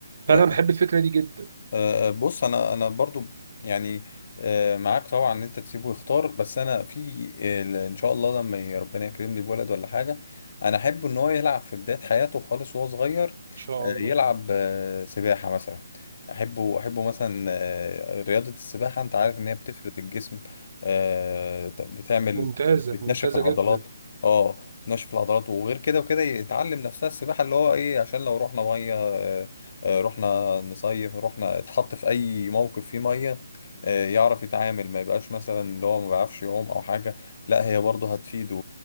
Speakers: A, on the right; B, on the left.
A: فانا
B: آه،
A: بحب الفكره دي جدا ان
B: أه، بص انا انا برضو يعني أه، معاك طبعا ان انت تسيبه يختار بس انا في أه، ان شاء الله لما ي- ربنا يكرمني بولد ولا حاجه انا احب ان هو يلعب في بدايه حياته خالص وهو صغير
A: شاء
B: أه،
A: الله
B: يلعب أه، سباحه مثلا احبه احبه مثلا أه، رياضه السباحه انت عارف ان هي بتفرد الجسم أه، بتعمل
A: ممتازة
B: بتنشف
A: ممتازة
B: العضلات
A: جدا
B: اه بتنشف العضلات وغير كده وكده يتعلم نفسها السباحه اللي هو ايه عشان لو رحنا ميه آه، آه، رحنا نصيف رحنا اتحط في اي موقف فيه ميه آه، يعرف يتعامل ما يبقاش مثلا اللي هو ما بيعرفش يعوم او حاجه لا هي برضه هتفيده